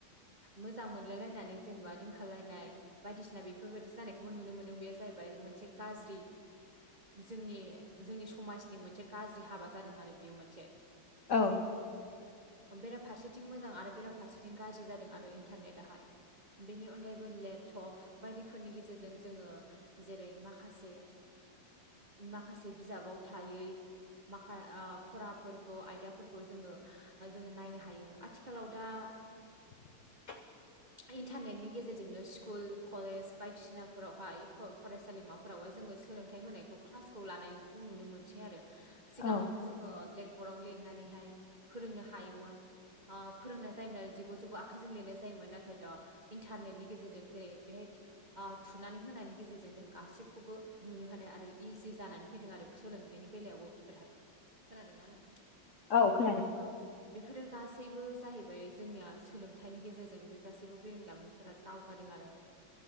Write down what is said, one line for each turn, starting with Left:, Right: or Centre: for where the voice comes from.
Right: मोजां मोनलायलायनानै जेनेबा दोनखालायनाय बायदिसिना बेफोरबायदि जानायखौबो नुनो मोन्दों बेयो जाहैबाय मोनसे गाज्रि जोंनि जोंनि समाजनि मोनसे गाज्रि हाबा जादों आरो बेयो मोनसे
Left: औ
Right: बेराफारसेथिं मोजां आरो बेराफारसेथिं गाज्रि जादों आरो इन्टारनेटाहाय बेनि अनगायैबो लेपटप बायदिफोरनि गेजेरजों जोङो जेरै माखासे माखासे बिजाबाव थायै माखा आ फराफोरखौ आयदाफोरखौ जोङो जोङो नायनो हायो आथिखालाव दा
Left: <inaudible>
Right: इन्टारनेटनि गेजेरजोंनो स्कुल कलेज बायदिसिनाफोरावहाय फ फरायसालिमाफोरावहाय जोङो सोलोंथाइ होनायखौ क्लासखौ लानायखौ नुनो मोनसै आरो सिगाङावथ'
Left: औ
Right: जोङो ब्लेग अराव लिरनानैहाय फोरोंनो हायोमोन ओ फोरोंनाय जायोमोन आरो जिगु जिगु आखाइजों लिरनाय जायोमोन नाथाय दा इन्टारनेटनि गेजेरजों जेरै बेहाय आ थुनानै होनायनि गेजेरजों गासिबखौबो नुनो हानो आरो इजि जानानै फैदों आरो सोलोंथाइनि बेलायावबो बेफोरहाय खोनादोंना नोंथां
Left: औ खोनादों
Right: ओं बेफोरो गासैबो जाहैबाय जोंनिया सोलोंथाइनि गेजेरजों बे गासैबो बेरोंदामिनफोरा दावगादों आरो